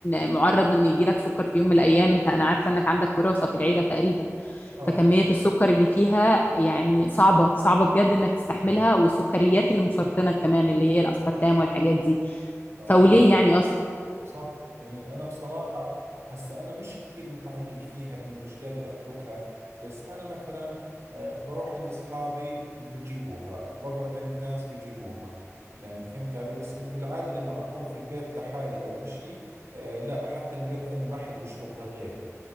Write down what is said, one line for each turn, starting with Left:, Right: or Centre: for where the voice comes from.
Left: معرض ان يجيلك سكر في يوم من الايام انت انا عارفة انك عندك وراثة في العيلة تقريبا
Right: اه
Left: فكمية السكر اللي فيها يعني صعبة صعبة بجد انك تستحملها
Right: امم
Left: والسكريات المسرطنة كمان اللي هي الاسبرتام والحاجات دي
Right: اه
Left: فوليه
Right: يعني
Left: يعني اصلا
Right: صح يعني أنا بصراحة هسا أنا مش كثير متعلق فيها إنه مش قادر أتركها بس أنا مثلا آه، بروح عند أصحابي بجيبوها بقعد عند ناس بجيبوها يعني فهمت علي بس إنه بالعادة لما أكون في البيت لحالي أو إشي آه، لا حتى البيت عندنا ما حدا بشربها غيري